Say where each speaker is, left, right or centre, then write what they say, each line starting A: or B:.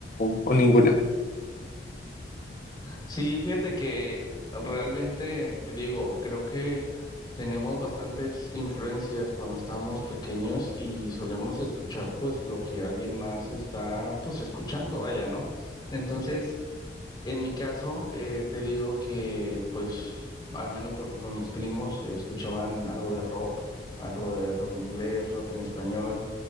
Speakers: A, on the left; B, on the left.
A: o o ninguna?
B: Sí, fíjate que realmente, te digo, creo que tenemos bastantes influencias cuando estamos pequeños y solemos escuchar pues lo que alguien más está pues escuchando, vaya, ¿no? Entonces, en mi caso, eh, te digo que pues al menos, por ejemplo, mis primos escuchaban algo de rock, algo de rock en inglés, rock en español